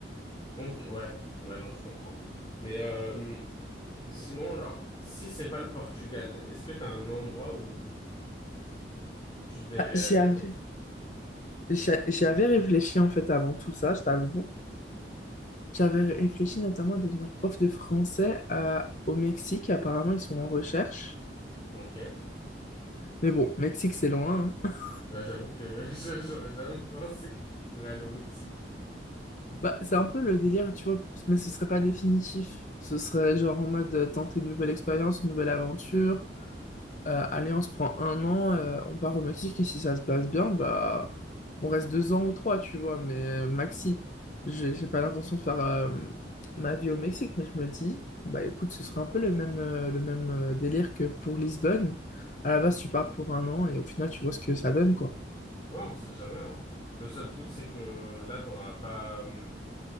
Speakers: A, on the left; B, on the left.
A: Donc ouais, ouais, non, je comprends. Mais euh, sinon, genre, si c'est pas le Portugal, est-ce que t'as un endroit où tu devrais
B: Bah, j'y
A: aller
B: avais,
A: autre?
B: j'a- j'y avais réfléchi en fait avant tout ça, je t'avoue. J'avais réfléchi notamment à devenir prof de français euh, au Mexique. Apparemment, ils sont en recherche.
A: Ok.
B: Mais bon, Mexique, c'est loin. hein. <laughs>
A: Ouais, j'avoue que <laughs> je- j'aurais jamais pensé que tu pourrais aller au Mexique.
B: Bah, c'est un peu le délire, tu vois, mais ce serait pas définitif. Ce serait genre en mode euh, tenter une nouvelle expérience, une nouvelle aventure. Euh, allez, on se prend un an, euh, on part au Mexique et si ça se passe bien, bah, on reste deux ans ou trois, tu vois. Mais maxi, j'ai j'ai pas l'intention de faire euh, ma vie au Mexique, mais je me dis, bah écoute, ce serait un peu le même, euh, le même euh, délire que pour Lisbonne. À la base, tu pars pour un an et au final, tu vois ce que ça donne, quoi.
A: Ouais, on sait jamais, hein. Le seul truc, c'est que là, t'auras pas, hum,